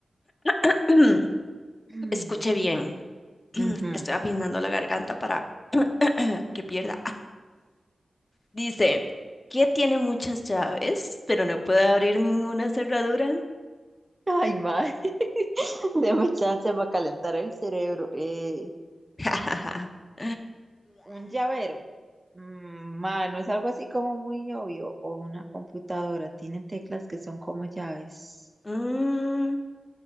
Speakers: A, on the left; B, on the right.
A: <clears throat>
B: Mm,
A: Escuche bien. <clears throat>
B: ujú.
A: Estoy afinando la garganta para <clears throat> que pierda Dice, ¿qué tiene muchas llaves, pero no puede abrir ninguna cerradura?
B: Ay, madre, <laughs> déme chance para calentar el cerebro. Eh,
A: <laughs>
B: un llavero. Mm, madre, no es algo así como muy obvio. O una computadora, tiene teclas que son como llaves.
A: Mm,